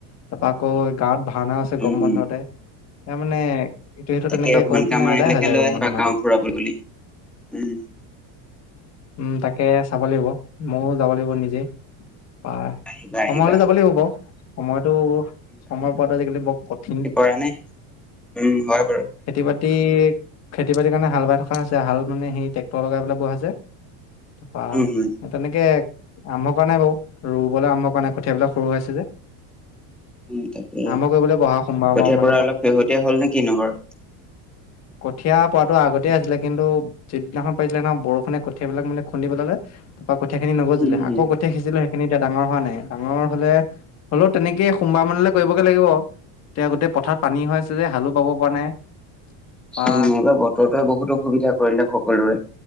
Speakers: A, on the left (about 35°); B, in the centre.
A: তাৰপা আকৌ গাঁৱত ভাওনা আছে
B: উম
A: গৰম বন্ধত‌।
B: উম
A: তাৰ মানে ইটো, সিটো
B: তাকে
A: তেনেকে
B: ভন্টি
A: কৰোতেনে
B: আমাৰ
A: এদাই
B: এইবিলাকে
A: হৈ যায়
B: লৈ
A: গৈ
B: আহিবা গাঁও ফুৰাব বুলি। উম
A: <unintelligible> উম তাকে চাব লাগিব ময়ো যাব লাগিব নিজে পা
B: আহিবা
A: সময়
B: আহিবা
A: হলে যাব লাগিব বাও, সময়টো সময় পোৱাটো আজিকালি বৰ কঠিন।
B: প্ৰাণে, উম হয় বাৰু।
A: বাতি খেতি খেতি বাতিৰ কাৰণে হাল বাই থকা হৈছে হাল মানে সেই ট্ৰেক্টৰ লগাই পেলাই বোৱা হৈছে। প
B: উম হম
A: তেনেকে আৰম্ভ কৰা নাই বাও, ৰুবলে আৰম্ভ কৰা নাই কঠিয়াবিলাক সৰু হৈ হৈছে যে।
B: উম তাকে
A: আৰম্ভ কৰিব লাগিব অহা সোমবাৰবাৰ
B: কঠিয়াৰ
A: মান।
B: অলপ শেহতীয়া হল নে কিনো বাৰু
A: কঠীয়া পোৱাাতো আগতেই আছিলে কিন্তু যিদিনাখন পাইিছিলে নহ বৰষুণে কঠিয়াবিলাক মানে খুন্দিিবেলালে তপ কঠীয়াখিনি নগজিলে
B: উম
A: আক
B: হম
A: কঠীয়া শিছিলে। সিনি এতিয়া ডাঙৰ হোৱা নাই ডাঙৰ হলে হ'লেও তেনেকেইে সোমবাৰ মানলৈ কৰিবগে লাগিব এতিয়া গোটেই পথাৰত পানী হৈ আছে যে হালো পাব পৰা নাই বা
B: উ এইবাৰ বতৰটোৱে বহুত অসুবিধা কৰিলে সকলোৰে।